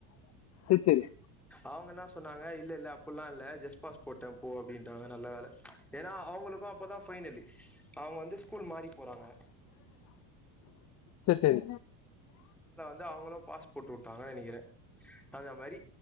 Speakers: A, on the left; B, in the centre.
A: இருத்தரி
B: அவங்க என்ன சொன்னாங்க இல்ல இல்ல அப்பல்லாம் இல்ல ஜெஸ்பாஸ் போட்டேன் போ அப்படின்றாங்க நல்ல வேலை ஏன்னா அவங்களுக்கும் அப்பதான் பைனலி அவங்க வந்து ஸ்கூல் மாறி போறாங்க
A: சரி சரி
B: அவங்களும் பாஸ்போர்ட் விட்டாங்கு நினைக்கிறேன் அந்த மாதிரி